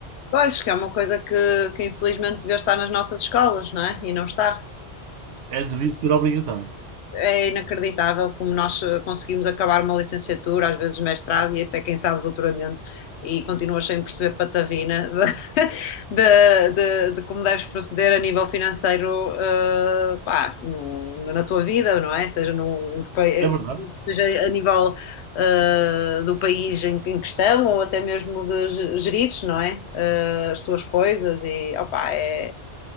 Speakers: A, on the left; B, on the right.
A: Eu acho que é uma coisa que, que infelizmente devia estar nas nossas escolas, não é? E não está.
B: É, devia ser obrigatório.
A: É inacreditável como nós eh, conseguimos acabar uma licenciatura, às vezes mestrado e até quem sabe doutoramento, e continuas sem perceber patavina de, <laughs> de- de- de como deves proceder a nível financeiro, eh, pá, no- na tua vida, não é? Seja, no, em que pa- eh,
B: É verdade,
A: seja a nível eh, do país em, em questão ou até mesmo de ge- gerires, não é? Eh, as tuas coisas e opá, é,